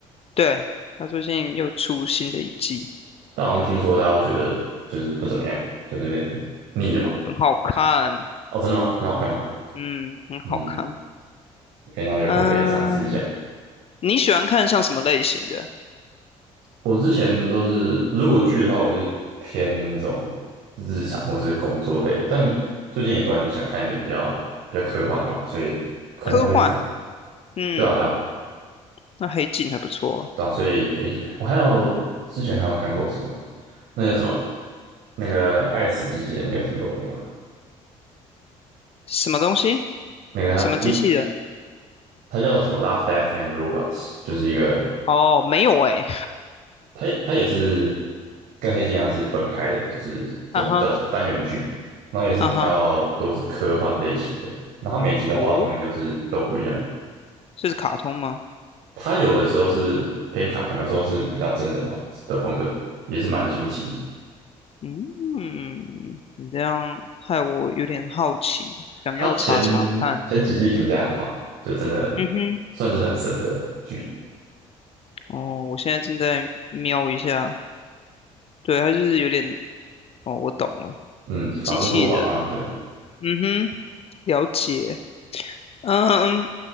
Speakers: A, on the left; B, on the right.
A: 对，他最近又出新的一季，
B: 但好像听说大家都觉得就是不怎么样，就是有点腻了嘛。
A: 很好看，
B: 哦，真的吗？很好看吗？
A: 嗯，很好看。
B: 嗯，可以，那有空可以尝试一下。
A: 嗯、你喜欢看像什么类型的？
B: 我之前都是，如果剧的话，我就偏那种日常或是工作类的。但最近也突然想看一点比较比较科幻嘛，所以可能也会去看。
A: 科幻，嗯，
B: 对啊，对啊，
A: 那黑镜还不错啊
B: 对啊。所以黑镜啊，我还有之前还有看过什么，那叫什么？那个《爱死机器人》，你有听过那个吗？
A: 什么东西？
B: 那个它英
A: 什么机器人？
B: 它叫什么《Love, Death and Robots》，就是一个
A: 哦，没有诶、
B: 它也它也是跟黑镜一样是分开的，就是这种叫什么单元剧，
A: <laughs> 啊哈，
B: 然后也是比较多是科幻类型的，
A: 啊哈，
B: 然后它每集的画风也就是都不一样，
A: 哦，这是卡通吗？
B: 它有的时候是偏卡通，有时候是比较真人化的风格的，也是蛮新奇的。
A: 嗯，你这样害我有点好奇，想要查查看。
B: 它前前几季评价很好，就真的
A: 嗯哼，
B: 算是很神的剧，
A: 哦，我现在正在瞄一下，对，它就是有点，哦，我懂了，
B: 嗯，反乌托邦啊，
A: 机器人。
B: 对吧？
A: 嗯哼，了解。嗯，